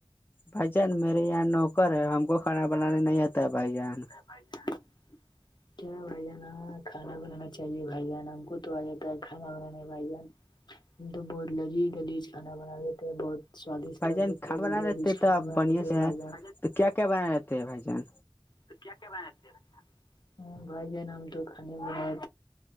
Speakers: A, on the left (about 25°); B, on the left (about 55°).
A: بھائی جان میرے یہاں نوکر ہے ہم کو کھانا بنانے نہیں آتا ہے بھائی جان
B: <unintelligible> کیا بھائی جاناں کھانا بنانا چاہیے بھائی جان ہم کو تو آ جاتا ہے کھانا بنانا بھائی جان ہم تو بہت لذیذ لذج کھانا بنا لیتے ہیں بہت سوادیشٹ
A: بھائی
B: واد
A: جان کھانا
B: لگی
A: بنا
B: لذی
A: لیتے
B: کانا
A: تو آپ
B: بنال
A: بڑھیا
B: تھ
A: سے
B: بجان
A: ہیں تو کیا کیا بنائے رہتے بھ جان
B: تو کیا کیا بنتے ب بھ جن ہم تو کانے بن ہیں